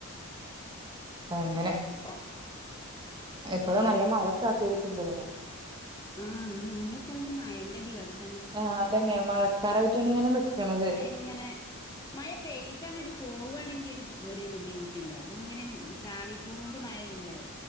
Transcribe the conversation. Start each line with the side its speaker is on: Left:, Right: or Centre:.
Right: അങ്ങനെ
Left: ആ
Right: എപ്പഴ നല്ല മഴ സ്റ്റാർട്ട്‌യ്തിട്ടുണ്ട് ഇവടെ
Left: ആ ഇന്ന് ഇന്ന്പ്പ മയന്റെ ദിവസ
Right: ആ അതന്നെ മഴക്കാരായിട്ടാണ് ഇങ്ങനെ നിക്കണത്.
Left: മഴ ഇങ്ങനെ മഴ പെയ്ത അങ്ങോട്ട് പോവുകവാണെങ്കിൽ ഒരു വ ബുദ്ധിമുട്ടില്ല തിങ്ങനെ ചാറിക്കൂണ്ട് മഴയുമ്പളെ